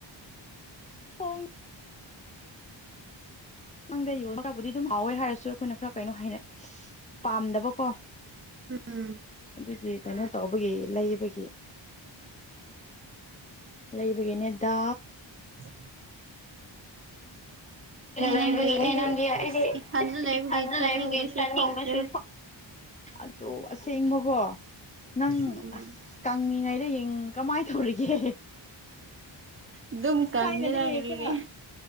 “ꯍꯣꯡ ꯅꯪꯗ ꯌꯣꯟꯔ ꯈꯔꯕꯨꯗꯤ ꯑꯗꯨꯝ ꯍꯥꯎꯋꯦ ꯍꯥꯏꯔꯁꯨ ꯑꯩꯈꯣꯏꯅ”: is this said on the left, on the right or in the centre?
Left